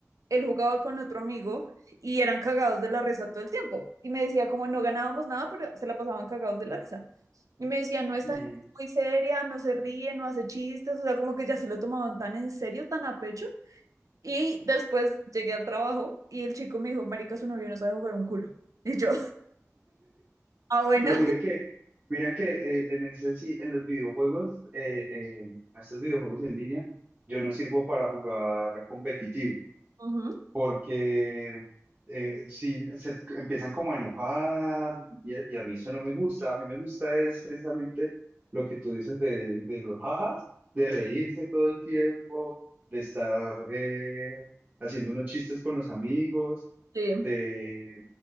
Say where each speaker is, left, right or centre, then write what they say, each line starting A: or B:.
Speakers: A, on the right; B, on the right.
A: él jugaba con otro amigo y eran cagados de la risa todo el tiempo. Y me decía, como no ganábamos nada, pero se la pasaban cagados de la risa. Y me decía, no,
B: Sí.
A: esta gente es muy seria, no se ríe, no hace chistes, o sea, como que ya se lo tomaban tan en serio, tan a pecho. Y después llegué al trabajo y el chico me dijo, marica, su novio no sabe jugar un culo. Y yo, <laughs> ah, bueno.
B: No, mira que, mira que eh, en ese sí, en los videojuegos, eh, eh, estos videojuegos en línea, yo no sirvo para jugar competitivo.
A: Ujú,
B: porque eh, si se empiezan como a enojar y, a y a mí eso no me gusta, a mí me gusta es precisamente lo que tú dices de, de los jajas, de reírse todo el tiempo, de estar eh, haciendo unos chistes con los amigos,
A: Sí,
B: de,